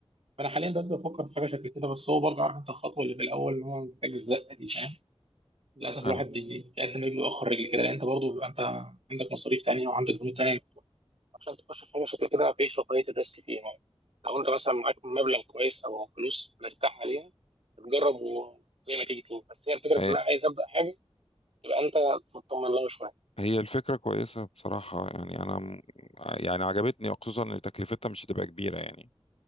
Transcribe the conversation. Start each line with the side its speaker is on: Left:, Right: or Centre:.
Right: فانا حاليا ببدا افكر في حاجه شكل كده بس هو برضه عارف انت الخطوه اللي في الاول اللي هو محتاج الزقه دي فاهم للاسف
Left: آه.
Right: الواحد بي- بيقدم رجله واخر رجل كده لان انت برضه بيبقى انت عندك مصاريف تانيه وعندك بنود تانيه عشان تخش في حاجه شكل كده مفيش رفاهيه الريسك فيها يعني لو انت مثلا معاك مبلغ كويس او فلوس مرتاح عليها تجرب وزي ما تيجي تيجي بس هي الفكره
Left: هي
Right: كلها عايز ابدا حاجه تبقى انت مطمن لها شويه
Left: هي الفكرة كويسة بصراحة يعني انا م- يعني عجبتني خصوصا ان تكلفتها مش هتبقى كبيرة يعني